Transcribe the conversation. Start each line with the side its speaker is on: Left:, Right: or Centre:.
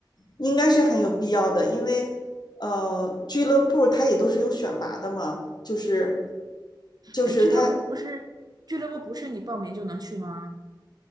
Left: 应该是很有必要的，因为呃，俱乐部它也都是有选拔的嘛，就是就是它
Right: 哎，俱乐部不是俱乐部不是你报名就能去吗？